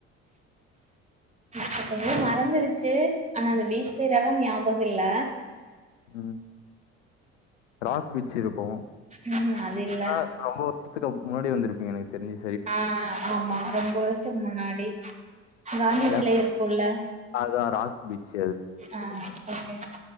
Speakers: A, on the right; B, on the left.
A: இப்ப கொஞ்சோ மறந்துருச்சு ஆனா அந்த பீச் பேர் எல்லா ஞாபகோ இல்ல
B: ம் ராக் பீச் இருக்கு
A: ம் அது இல்ல
B: ஏன்னா அ ரொம்ப வருஷத்துக்கு முன்னாடி வந்திருப்பீங்க எனக்கு தெரிஞ்சி
A: ஆ ஆமா ரொம்ப வருஷத்துக்கு முன்னாடி காந்தியத்துல
B: ஏன்னா
A: இருக்குல்ல
B: அதான் ராக் பீச்
A: ஆ ஓ கே